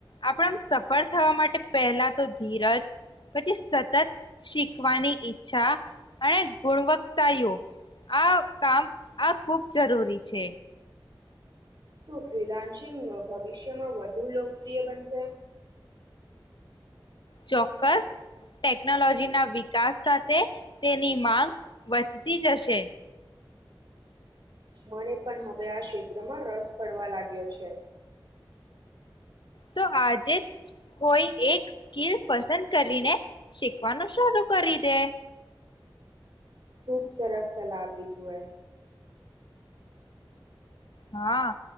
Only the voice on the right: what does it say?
શું ફ્રીલાસિન્ગ ભવિષ્યમાં વધુ લોકપ્રિય બનશે.
મને પણ હવે આ ક્ષેત્રમાં રસ પડવા લાગ્યો છે.
ખૂબ સરસ સલાહ પી તું એ.